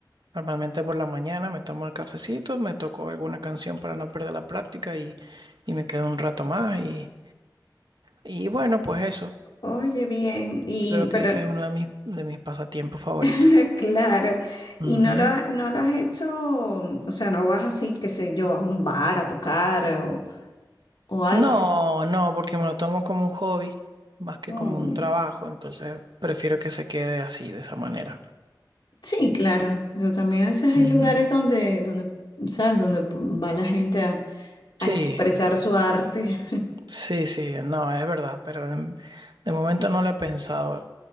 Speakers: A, on the right (about 70°); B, on the left (about 80°).
A: Normalmente por la mañana me tomo el cafecito, me toco alguna canción para no perder la práctica y, y me quedo un rato más. Y, y bueno, pues eso.
B: Oye, bien, y
A: Yo creo
B: pero
A: que ese es uno de mis, de mis pasatiempos favoritos.
B: <laughs> claro, y
A: Ujú.
B: no lo, ha- no lo has hecho, o sea, no vas así, qué sé yo, a un bar a tocar o, o algo
A: No,
B: así.
A: no, porque me lo tomo como un hobby más que
B: Mm,
A: como un trabajo, entonces prefiero que se quede así, de esa manera.
B: sí, claro, pero también a veces hay
A: Ujú.
B: lugares donde, donde, ¿sabes? Donde va la gente a, a
A: Sí,
B: expresar su arte.
A: sí, sí, no, es verdad, pero en- de momento no lo he pensado.